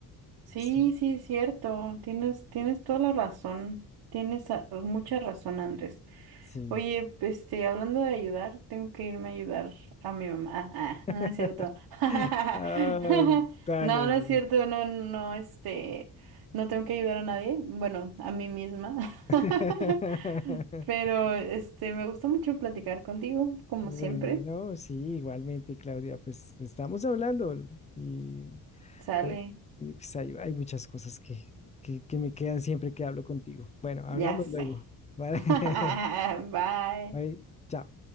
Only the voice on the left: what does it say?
Sí,
sí.
<laughs>
Ay, dale,
dale.
<laughs>
Bueno,
sí, igualmente, Claudia, pues estamos hablando y,
eh, y, pues hay, hay muchas cosas que, que, que me quedan siempre que hablo contigo. Bueno, hablamos
luego, ¿vale?
<laughs>
Bye, chao.